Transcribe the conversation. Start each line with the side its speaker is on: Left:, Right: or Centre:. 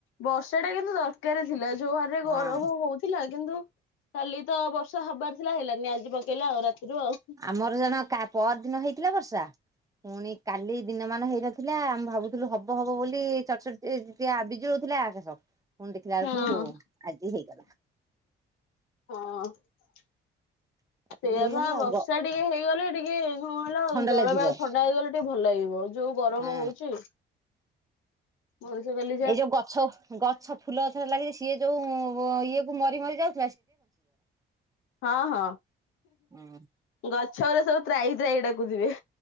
Left: ବର୍ଷା ଟା କିନ୍ତୁ ଦରକାର ଥିଲା ଯୋଉ ହାରରେ
Right: ହଁ।
Left: ଗରମ ହଉଥିଲା କିନ୍ତୁ କାଲି ତ ବର୍ଷା ହବାର ଥିଲା ହେଲାନି ଆଜି ପକେଇଲା ଆଉ ରାତିରୁ ଆଉ
Right: ଆମର ଜଣ କା ପଅର ଦିନ ହେଇଥିଲା ବର୍ଷା ପୁଣି କାଲି ଦିନମାନ ହେଇନଥିଲା ଆମେ ଭାବୁଛ ଥିଲୁ ହବ ହବ ବୋଲି ଚଡ ଚଡ଼ି ବିଜୁଳି ହଉଥିଲା ଆକାଶ ପୁଣି ଦେଖିଲା
Left: ହଁ।
Right: ବେଳକୁ ଆଜି ହେଇଗଲା।
Left: ହଁ। ସେଇଆ
Right: କାଟିକୁଟି ହେଇଗଲା
Left: ପା ବର୍ଷା
Right: ଆଉ
Left: ଟିକେ ହେଇଗଲେ ଟିକେ କଣ କହିଲ
Right: ଥଣ୍ଡା
Left: ଜଳବାୟୁ
Right: ଲାଗିବ
Left: ଥଣ୍ଡା ହେଇଗଲେ ଟିକେ ଭଲ ଲାଗିବ। ଯୋଉ ଗରମ
Right: ହଁ
Left: ହଉଛି ମଣିଷ ଖାଲି
Right: ଏଇ ଯୋଉ ଗଛ ଗଛ ଫୁଲ ଗଛରେ ଲାଗିଛି ସିଏ ଯୋଉ ଇଏ କୁ ମରି ମରିଯାଉ
Left: ହଁ ହଁ।
Right: ହଁ
Left: ଗଛ ଓରା ସବୁ ତ୍ରାହି ତ୍ରାହି ଡାକୁ ଥିବେ।